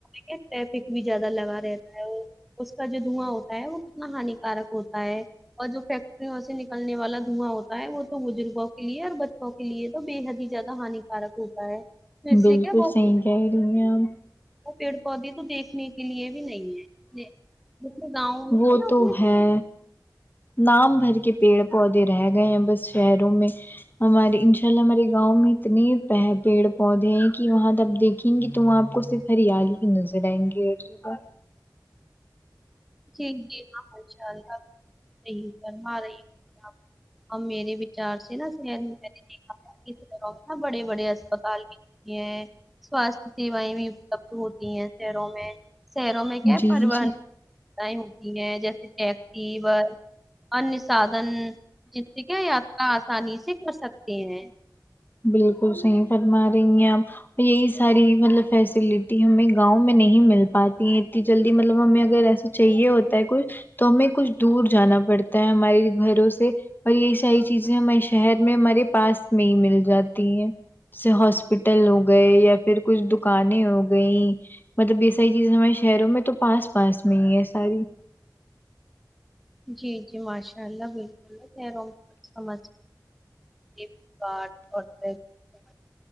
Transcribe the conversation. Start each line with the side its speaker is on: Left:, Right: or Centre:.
Centre: کیا ٹریفک بھی زیادہ لگا رہتا ہے اور اس کا جو دھواں ہوتا ہے وہ کتنا ہانیکارک ہوتا ہے اور جو فیکٹریوں سے نکلنے والا دھواں ہوتا ہے وہ تو بزرگوں کے لیے اور بچوں ک لیے تو بے حد ہی زیادہ ہانیکارک ہوتا ہے تو اس
Left: بالکل
Centre: سے کیا بہت
Left: صحیح کہہ رہی ہیں آپ
Centre: پیڑ پودے تو دیکھنے کے لیے بھی نہیں ہے جیسے گاؤں میں
Left: وہ
Centre: ہیں اپنے
Left: تو ہے نام بھر کے پیڑ پودے رہ گئے ہیں بس شہروں میں ہمارے ان شاء اللہ ہمارے گاؤں میں اتنے پیہ پیڑ پودے ہیں کہ وہاں تب دیکھ دیکھیں گی تو وہاں آپ کو صرف ہریالی ہی نظر آئیں گے جگہ
Centre: جی جی ہاں ماشاء اللہ صحیح فرما رہی آپ ہم میرے وچار سے نا <unintelligible> سیوائیں بھی سب ہوتی ہیں شہروں میں شہروں میں کیا
Left: جی
Centre: پروان
Left: جی
Centre: آیں ہوتی ہیں جیسے ٹیکسی بس ان سادن جس سے کیا یاترا آسانی سے کر سکتے ہیں
Left: بالکل صحیح فرما رہیں ہیں آپ یہی ساری مطلب فیسلٹی ہمیں گاؤں میں نہیں مل پاتی ہے اتنی جلدی مطلب ہمیں اگر ایسے چاہیے ہوتا ہے کچھ تو ہمیں کچھ دور جانا پڑتا ہے ہمارے گھروں سے اور یہ ساری چیزیں ہمارے شہر میں ہمارے پاس میں ہی مل جاتی ہیں جیسے ہاسپٹل ہو گئے یا پھر کچھ دکانیں ہو گئ مطلب یے ساری چیزیں ہمارے شہروں میں تو پاس پاس میں ہی ہے ساری
Centre: جی جی ماشاء اللہ بالکل شہروں میں کچھ سمجھ <unintelligible>